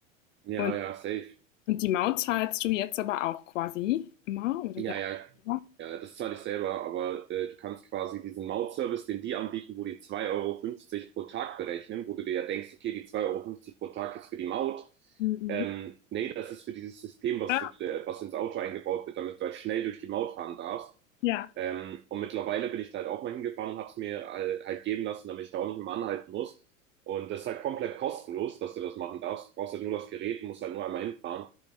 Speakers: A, on the right (about 30°); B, on the left (about 70°).
A: ja,
B: Und
A: ja, safe.
B: und die Maut zahlst du jetzt aber auch quasi immer oder
A: Ja,
B: der
A: ja,
B: Anwalt?
A: Ja, das zahle ich selber, aber äh, du kannst quasi diesen Mautservice, den die anbieten, wo die zwei Euro fünfzig pro Tag berechnen, wo du dir ja denkst, okay, die zwei Euro fünfzig pro Tag ist für die Maut.
B: Mhm.
A: Ähm, nee, das ist für dieses System, was,
B: Ah,
A: du, äh, was ins Auto eingebaut wird, damit du halt schnell durch die Maut fahren darfst.
B: ja.
A: Ähm, und mittlerweile bin ich da halt auch mal hingefahren und habe es mir halt, halt geben lassen, damit ich da auch nicht immer anhalten muss. Und das ist halt komplett kostenlos, dass du das machen darfst. Du brauchst halt nur das Gerät, musst halt nur einmal hinfahren.